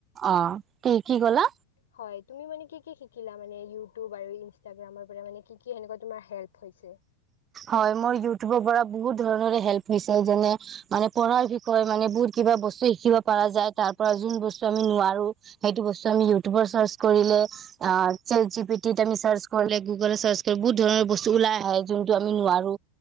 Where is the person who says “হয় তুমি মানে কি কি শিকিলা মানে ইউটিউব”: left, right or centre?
Left